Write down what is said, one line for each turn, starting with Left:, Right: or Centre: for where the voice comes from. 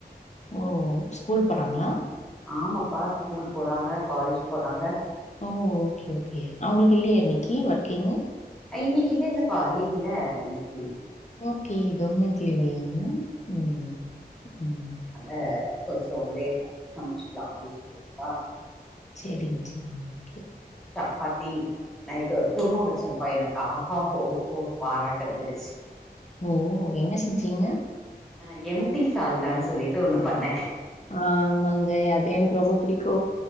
Left: ஓ ஸ்கூல் போறாங்ளா
Centre: ஆமாப்பா ஸ்கூல் போறாங்க காலேஜ் போறாங்க
Left: ஓ ஓகே ஓகே அவுங்களுக் இல்லியா இன்னிக்கி ஒர்க்கிங்கு
Centre: அ இன்னைக் இல்ல இல்லப்பா லீவுல்ல இன்னைக்கி
Left: ஓகே கவர்மெண்ட் லீவுல்லங்க ம் ம்
Centre: அ கொஞ்சோ லேட்டா கூட சமச்சுக்கலா அப்டின் சொல்லிட் தா
Left: சேரிங் சேரிங் ஓகே
Centre: சப்பாத்தி நைட்டு ஒரு குருமா வெச்சேம்ப்பா எனக்கு ஆஹா ஓஹோ பாராட்டு வந்துடுச்சு
Left: ஓ என்ன செஞ்சீங்க
Centre: ஆ எம்டி சால்னான் சொல்லிட்டு ஒன்னு பண்ணே
Left: ஆமாங்க அது எனக்கு ரொம்போ புடிக்கு